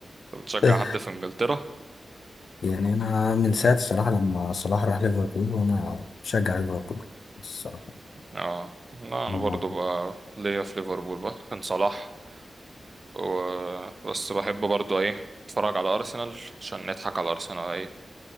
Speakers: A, on the right; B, on the left.
A: أنت بتشجع
B: <laughs>
A: حد في انجلترا
B: يعني انا من ساعه الصراحه لما صلاح راح ليفربول وانا بشجع ليفربول الصراحه
A: اه لا انا
B: الموضوع
A: برضو بقى ليا في ليفربول بقى كان صلاح و... بس بحب برضو ايه اتفرج على ارسنال عشان نضحك على ارسنال ايه